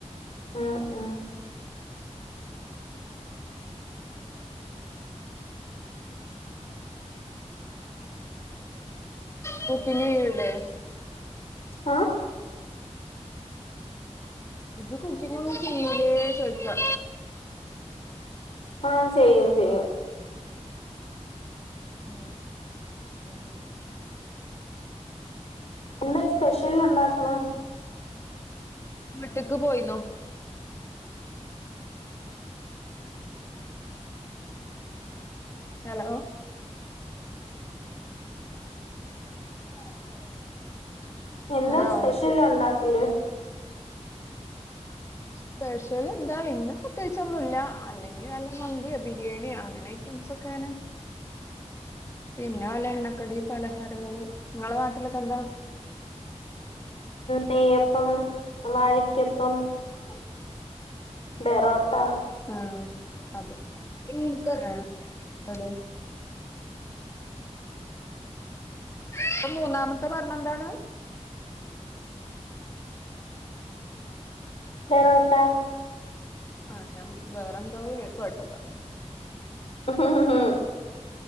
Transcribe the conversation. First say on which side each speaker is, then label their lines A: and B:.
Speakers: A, on the left (about 60°); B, on the left (about 25°).
A: അ ആ
B: കുക്കിങ്ങെയ്യുലെ
A: ആ
B: ഇജ് കുക്കിങ്ങൊന്നും ചെയ്യൂലെ ചോയ്ക്ക
A: ആഹ ചെയ്യും ചെയ്യും
B: ഉം ഉ ഉ
A: എന്താ സ്പെഷ്യൽ ഉണ്ടാക്ക്ണ്
B: മ്മ്ട്ടക്ക് പോയിന്നോ ഹലോ <unintelligible>
A: എന്താ
B: ഹലോ
A: സ്പെഷ്യല് ഉണ്ടാക്കല്
B: സ്പെഷലെ ന്താ ഇന്ന് പ്രത്യേകിചൊന്നുംല്ല അല്ലെങ്കി വല്ല മന്ത്യോ ബിരിയാണിയാ അങ്ങനെ ഐറ്റംസൊക്കെ അങ്ങനെ പിന്നെ വല്ല എണ്ണക്കടി പലഹാരങ്ങള് നിങ്ങളെ നാട്ടിലൊക്കെ എന്താ
A: നെയ്യപ്പം വാഴക്കപ്പം
B: ഓ
A: ബെറോട്ട
B: ആഹ് അതെ <unintelligible> അവ്ടെ ഇപ്പ മൂന്നാമത്തെ പർനെ ന്താണ്
A: പെറോട്ട
B: ആഹ ഞാൻ വേറെന്തോ കേ കേട്ടത്
A: ആഹ ഹഹ